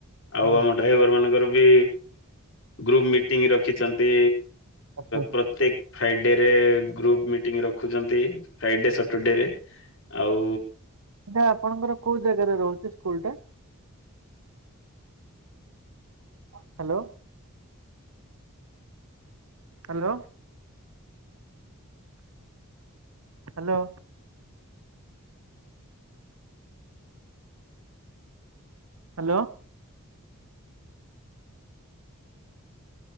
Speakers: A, on the left; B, on the right.
A: ଆଉ
B: ହୁଁ
A: ଆମ ଡ୍ରାଇଭର ମାନଙ୍କର ବି ଗ୍ରୁପ ମିଟିଂ ରଖିଛନ୍ତି।
B: ଆଚ୍ଛା ଆଚ୍ଛା।
A: ପ୍ରତ୍ୟେକ ଫ୍ରାଇଡେରେ ଗ୍ରୁପ୍ ମିଟିଂ ରଖୁଛନ୍ତି। ଫ୍ରାଇଡେ ସଟର ଡେରେ। ଆଉ
B: ଏଟା ଆପଣଙ୍କର କୋଉ ଜାଗାରେ ରହୁଛି ସ୍କୁଲ ଟା। ହ୍ୟାଲୋ। ହ୍ୟାଲୋ। ହ୍ୟାଲୋ। ହ୍ୟାଲୋ।